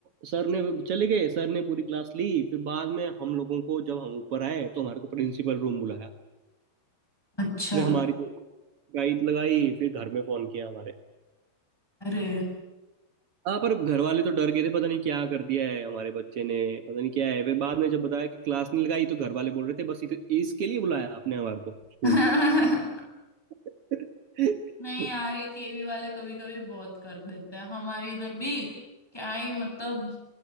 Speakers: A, on the right; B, in the centre.
A: सर ने चले गए सर ने पूरी क्लास ली फिर बाद में हम लोगों को जब हम ऊपर आए तो हमारे को प्रिंसिपल रूम बुलाया
B: अच्छा
A: फिर हमारी गाइड लगाई फिर घर में फोन किया हमारे
B: अरे
A: हाँ पर घर वाले तो डर गए थे पता नहीं क्या कर दिया है हमारे बच्चे ने पता नहीं क्या है वे बाद में जब बताया कि क्लास नहीं लगाई तो घर वाले बोल रहे थे बस ये तो इसके लिए बुलाया आपने हमारे को स्कूल
B: <laughs>
A: <laughs>
B: नहीं यार ये केवी वाले कभी कभी बहुत कर देते हैं हमारे इधर भी क्या ही मतलब